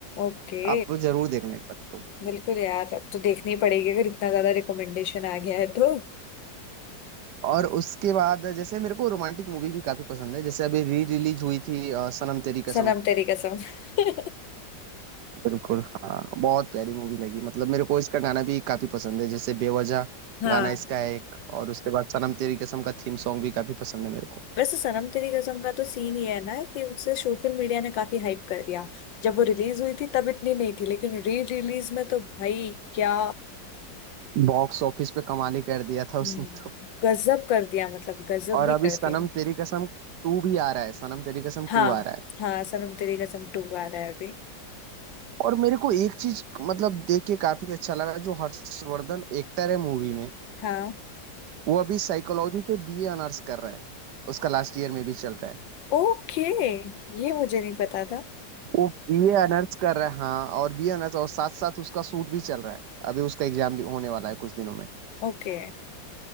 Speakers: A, on the left (about 85°); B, on the right (about 70°).
A: ओके
B: आप तो जरूर देखना एक बार तुम
A: बिल्कुल यार अब तो देखनी पड़ेगी अगर इतना ज्यादा रिकमेंडेशन आ गया है तो
B: और उसके बाद जैसे मेरे को रोमांटिक मूवी भी काफी पसंद है जैसे अभी री रिलीज हुई थी अ, सनम तेरी कसम
A: सनम तेरी कसम <laughs>
B: बिल्कुल हाँ बहुत प्यारी मूवी लगी मतलब मेरे को इसका गाना भी काफी पसंद है जैसे बेवजह
A: हाँ
B: गाना इसका है एक और उसके बाद सनम तेरी कसम का थीम सॉन्ग भी काफी पसंद है मेरे को
A: वैसे सनम तेरी कसम का तो सीन ये है ना कि उसे सोशल मीडिया ने काफी हाइप कर दिया जब वो रिलीज हुई थी तब इतनी नहीं थी लेकिन री रिलीज में तो भाई क्या
B: बॉक्स ऑफिस पे कमाल ही कर दिया
A: हम्म,
B: था उसने तो
A: गजब कर दिया मतलब गजब
B: और
A: ही
B: अभी
A: कर
B: सनम
A: दिया
B: तेरी कसम टू भी आ रहा है सनम तेरी कसम
A: हाँ
B: टू आ रहा है
A: हाँ सनम तेरी कसम टू आ रहा है अभी
B: और मेरे को एक चीज मतलब देख के काफी अच्छा लगा जो हर्षवर्धन एक्टर है मूवी में
A: हाँ
B: वो अभी साइकोलॉजी से बीए ऑनर्स कर रहा है उसका लास्ट ईयर में भी चल रहा है
A: ओके ये मुझे नहीं पता था
B: वो बीए ऑनर्स कर रहा है हाँ और बीए ऑनर्स और साथ साथ उसका सूट भी चल रहा है अभी उसका एग्जाम भी होने वाला है कुछ दिनों में
A: ओके